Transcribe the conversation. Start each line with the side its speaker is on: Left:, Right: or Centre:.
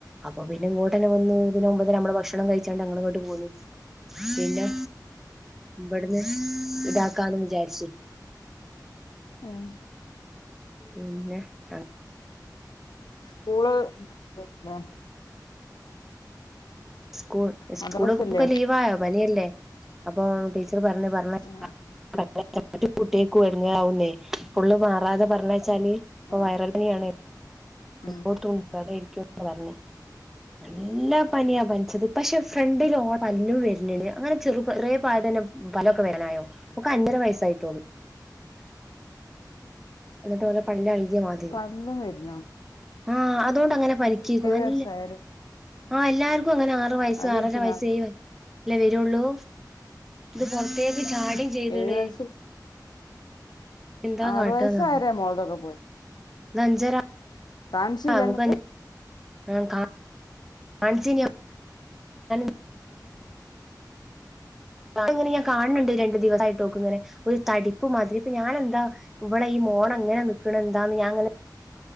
Centre: അപ്പൊ പിന്നെ ഇങ്ങട്ടന്നെ വന്ന് പിന്നെ ഒമ്പത്തര നമ്മള് ഭക്ഷണംഴിച്ചാണ്ട് ഞങ്ങ- ണ്ടും മൂന്നും പിന്നെ ഇവിടുന്ന് ഇതാക്കാന്ന് വിചാരിച്
Left: മ്മ്
Centre: പിന്നെ ആഹാ
Left: സ്കൂള് <inaudible>
Centre: സ്കൂൾ സ്കൂള്
Left: മദ്രസല്ലേ
Centre: പോക്കെ ലീവയോ പനിയല്ലേ അപ്പൊ ടീച്ചർ പറഞ് പറഞ്ഞ
Left: ആഹ്
Centre: <inaudible> മാറ്റ് കുട്ടികൾക്കും ഇടങ്ങാറവുന്നേ ഫുള്ള് മാറാതെ പറഞ്ഞയച്ചാല് ഇപ്പൊ
Left: ആഹ്
Centre: വൈറൽ പനിയാണ്
Left: ഉം
Centre: എല്ലാടത്തും ഉണ്ടാക്കായിരിക്കും പറഞ്
Left: <inaudible>
Centre: നല്ല പനിയാ പനിച്ചത് പക്ഷെ ഫ്രണ്ടില പല്ലും വരുന്നണ്ട് അങ്ങനെ ചെറു ചറിയ പായതം പലൊക്കെ വരാനായോ ഒക്ക അഞ്ചര വയസ്സായിട്ടോുള്ളൂ ന്നിട്ട് ഓളെ പല്ല് ഇളകിയ മാതിരി
Left: എന്നും വേര്ന്നോ
Centre: ആഹ് അതുകൊണ്ട് അങ്ങനെ പരിക്കേക്കും നല്ല-
Left: വയസ്സായില്ലേ
Centre: ആഹ് എല്ലാർകും അങ്ങനെ ആറു വയസ്
Left: അതേക്കും
Centre: ആറര വയസ്
Left: നാല്
Centre: അല്ലേ വരുള്ളൂ ഇത് പുറത്തേക്ക് ചാടം ചെയ്തണേ
Left: ഏഴു വയസ്സിൽ
Centre: എന്താ
Left: ആറു
Centre: കാട്ടാന്ന്
Left: വയസ്സായരെ മോളതൊക്കെ പോയി
Centre: ന്നഞ്ചര
Left: കാണിച്ചില്ല
Centre: <inaudible>
Left: എന്നിട്ട്
Centre: ആഹ കാ കാനി <inaudible> ഇങ്ങനെ ഞാൻ കാണണ്ട് രണ്ടു ദിവസായിട്ടക്കെ ഇങ്ങനെ ഒരു തടിപ്പ് മാതിരി ഇപ്പൊ ഞാനെന്താ ഇവിടെ ഈ മോണ എങ്ങനെ നിക്കണ എന്താന്ന് ഞാ-